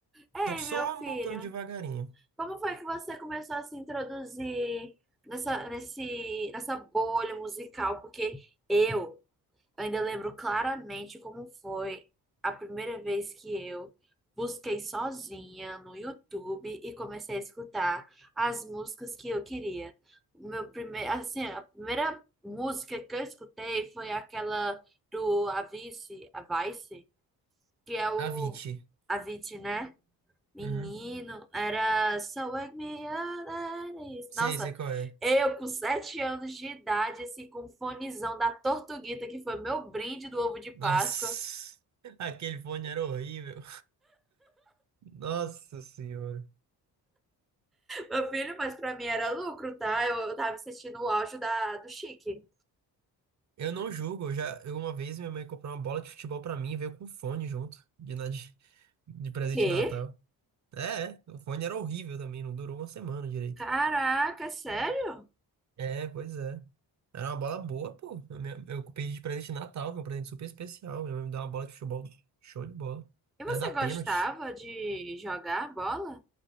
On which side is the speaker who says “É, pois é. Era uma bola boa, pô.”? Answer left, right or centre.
Right